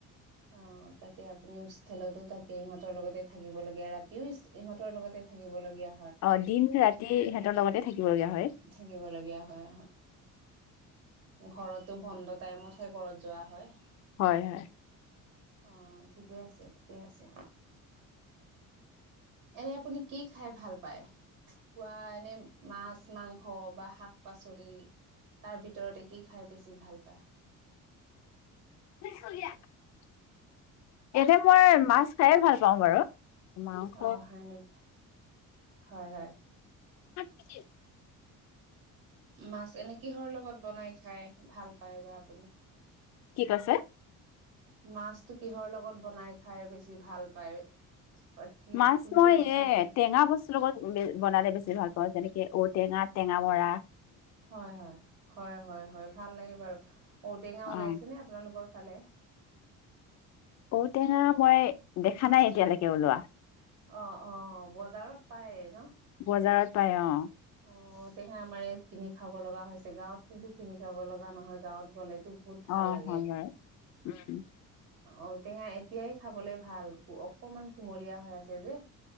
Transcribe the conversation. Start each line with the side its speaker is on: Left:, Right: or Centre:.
Right: অ তাতে আপুনি ষ্টেলতো থাকে ইহঁতৰ লগতে থাকিব লাগে ৰাতিও ইহঁতৰ লগতে থাকিবলগীয়া
Left: অ দিন ৰাতি সিহঁতৰ লগতে থাকিব লগগীয়া হয়,
Right: থাকিব লগীয়া হয়, ঘৰতো বন্ধ টাইমত হে ঘৰত যোৱা হয়।
Left: হয় হয়
Right: অ ঠিকে আছে ঠিকে আছে। এনে আপুনি কি খাই ভাল পায়? খোৱা এনে মাছ মাংস বা শাক শাক পাচলি তাৰ ভিতৰতে কি খাই বেছি ভাল পায়।
Left: <unintelligible> এতি মই মাছ খাইে ভাল পাওঁ বাৰু মাংস
Right: অ হয় নেক হয় হয়।
Left: আক
Right: মাছ এনে কিহৰ লগত বনাই খাই ভাল পায় বা আপুনি!
Left: কি কৈছে?
Right: মাছতটো কিহৰ লগত বনাই খাই বেছি ভাল পায়। কি
Left: মাছ
Right: কোনটো
Left: মই
Right: পাচলি?
Left: এ টেঙা বস্তুৰ লগত বনালে বেছি ভাল পাওঁ যেনেকে ত টেঙা টেঙা মৰা
Right: হয় হয় হয় হয় হয় ভাল লাগে বাৰু ঔটেঙা
Left: অ
Right: ওলাইছে নে আপোনালোকৰ ভালে
Left: ঔটেঙা মই দেখা নাই এতিয়ালৈকে ওলোৱা
Right: অ অ বজাৰত পায়।
Left: বজাৰত পাই অ
Right: অ তেহে আমাৰ ইয়াত কিনি খাব লগা হৈছে গাঁৱত কিন্তু কিনি খাব লগা নহয় গাঁৱত গ'লে। বহুত ভাল
Left: অ
Right: লাগে
Left: হয় বাৰু উম,
Right: অ টেঙা এতিয়াই খাবলৈ ভাল অকমান কুমলীয়া হৈ আছে যে